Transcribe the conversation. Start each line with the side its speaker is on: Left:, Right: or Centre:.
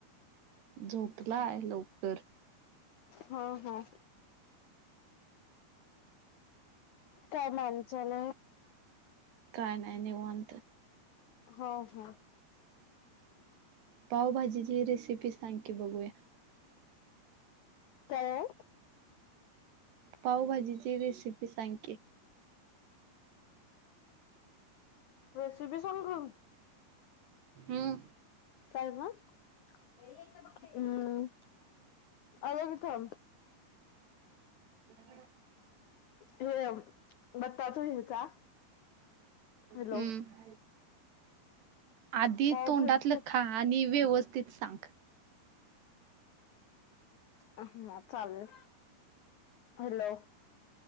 Right: झोपलाय लवकर
Left: हम हम काय माणचाल
Right: काय नाही निवत
Left: हा हा
Right: पावभाजीची रेसिपी सांग की बघूया
Left: काय
Right: पावभाजीची रेसिपी सांगतेे
Left: रेसिपी सांगू
Right: हम्म
Left: काय ब हम् अज कथम
Right: हम्
Left: हेम बटताच हेचा हॅलो
Right: हम्म आधी
Left: पावभाजीसाठी
Right: तोंडातलं खा आणि व्यवस्थित तीच सांग
Left: अ ह चालेल हॅलो